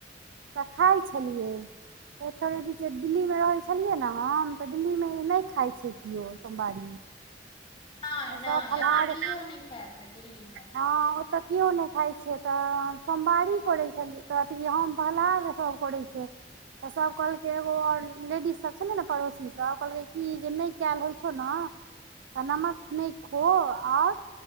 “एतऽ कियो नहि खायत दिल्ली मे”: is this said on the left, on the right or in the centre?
Left